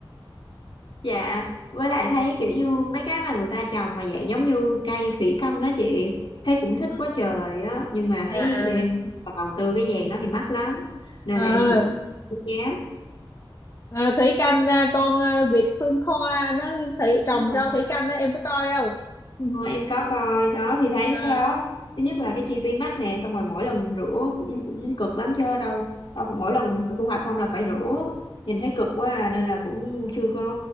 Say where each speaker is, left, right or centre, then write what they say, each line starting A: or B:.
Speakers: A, on the left (about 65°); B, on the left (about 35°).
A: dạ với lại thấy kiểu như mấy cái mà người ta trồng mà dạng giống như cây thủy canh đó chị thấy cũng thích
B: Ừ.
A: quá trời á nhưng mà
B: à
A: thấy nghe-
B: à
A: mà đầu tư cái vàng đó thì mắc lắm nên
B: Ờ.
A: là em cũng không dám
B: Ờ, thủy canh à, con à, Việt Phương Thoa nó thủy
A: đúng
B: trồng
A: rồi
B: rau thủy canh đó em có coi không Ừ.
A: Ờ, em có coi đó thì thấy
B: à
A: cái đó thứ nhất là cái chi phí mắc nè xong rồi mỗi lần rửa cũng, cũng cực lắm chứ đâu Tao phải- mỗi lần thu hoạch xong là phải rửa nhìn thấy cực quá à, nên là cũng chưa có